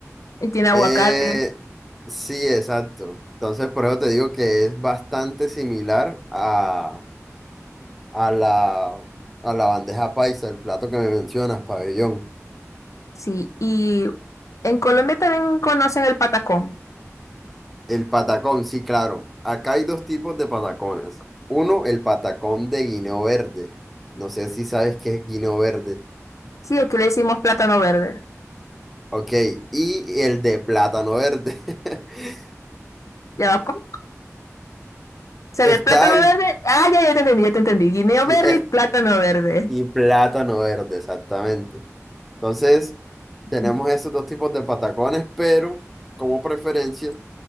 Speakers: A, on the left; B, in the centre.
A: Y tiene aguacate.
B: Eh, sí, exacto. Entonces, por eso te digo que es bastante similar a, a la, a la bandeja paisa, el plato que me mencionas, pabellón.
A: Sí. Y en Colombia también conocen el patacón.
B: El patacón, sí, claro. Acá hay dos tipos de patacones. Uno, el patacón de guineo verde. No sé si sabes qué es guineo verde.
A: Sí, aquí le decimos plátano verde.
B: Ok, y el de plátano verde. <laughs>
A: ¿Ya va? ¿Cómo? ¿Se
B: Está
A: ve plátano
B: el...
A: verde? Ah, ya, ya te entendí, ya te entendí. Guineo
B: sí,
A: verde
B: es-
A: y plátano verde.
B: y plátano verde, exactamente. Entonces,
A: <laughs>
B: tenemos esos dos tipos de patacones, pero como preferencia,